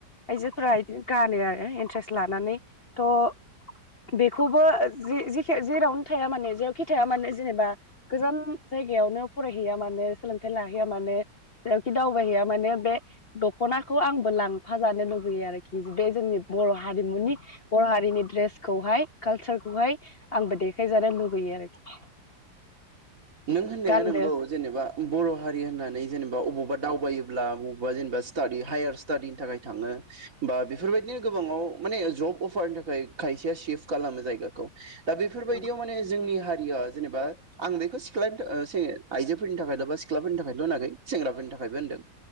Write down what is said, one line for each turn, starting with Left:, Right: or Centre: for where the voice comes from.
Left: आइजोफोरा एदिखौ गानो आरो इन्ट्रेस्ट लानानै थ' बेखौबो जे जेखि जेरावनो थाया माने जेरावखि थाया माने जेनेबा गोजान जायगायावनो फरायहैया मानो सोलोंथाइ लाहैया मानो जेरावखि दावबायहैया माने बे दख'ना खौ आंबो लांफा जानो लु बैयो आरोखि बे जोंनि बर' हारिमुनि बर' हारिनि द्रेस खौहाय कालसारखौहाय आंबो देखायजानो लुुबैयो आरोखि।
Right: नों होननाया
Left: गाननो
Right: नंगौ जेनेबा बर' हारि होननानै जेनेबा अबावबा दावबायोब्ला बबावबा जेनेबा स्टाडि हायार स्टाडिनि थाखाय थाङो बा बेफोरबायदिनो गोबाङाव माने जब अफारनि थाखाय खायसेया सिफ खालामो जायगाखौ दा बेफोरबायदियाव
Left: औ
Right: माने जोंनि हारिया बा आं बेखौ सिख्लानि थाख ओ से आइजोफोरनि थाखायल' बा सिख्लाफोरनि थाखायल' होनाखै सेंग्राफोरनि थाखायबो होनदों।